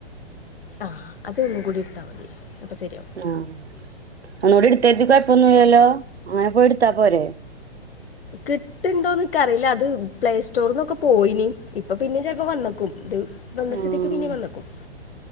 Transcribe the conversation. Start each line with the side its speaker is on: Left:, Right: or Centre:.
Left: ആഹ അത ഒന്നും കൂടി എടുത്ത് മതി അപ്പൊ ശരിയാവും
Right: ആ ഒന്നുടെ എടുത്തുകാരതി കൊഴപ്പൊന്നുംല്ലോ അങ്ങനെ പോയി എടുത്താ പോരെ <inaudible>
Left: കിട്ടുണ്ടോ എന്ന് ഇൻക്ക് അറിയില്ല അത് പ്ലേ സ്റ്റോറിന്നൊക്കെ പോയിനി ഇപ്പൊ പിന്നെ ചിലപ്പോ വന്നക്കും ഇത് വന്ന
Right: ആഹ്
Left: സ്ഥിതിക്ക് പിന്നെ വന്നക്കും